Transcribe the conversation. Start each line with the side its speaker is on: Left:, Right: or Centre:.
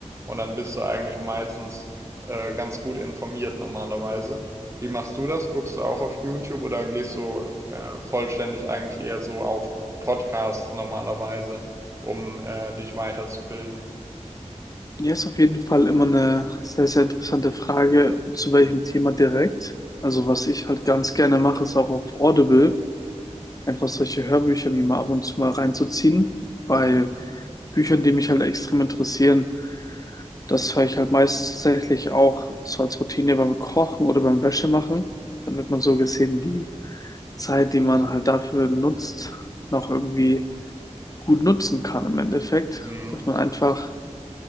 Right: Und dann bist du eigentlich meistens äh, ganz gut informiert normalerweise. Wie machst du das? Guckst du auch auf YouTube oder gehst du äh, vollständig eigentlich eher so auf Podcasts normalerweise, um äh, dich weiterzubilden?
Left: Ja, ist auf jeden Fall immer eine sehr, sehr interessante Frage, zu welchem Thema direkt. Also was ich halt ganz gerne mache, ist auch auf Audible einfach solche Hörbücher mir mal ab und zu mal reinzuziehen bei
Right: Mhm.
Left: Büchern, die mich halt extrem interessieren. Das höre ich halt meistens tatsächlich auch so als Routine beim Kochen oder beim Wäschemachen, damit man so gesehen die Zeit, die man halt dafür nutzt, noch irgendwie gut nutzen kann im Endeffekt,
Right: Mhm.
Left: dass man einfach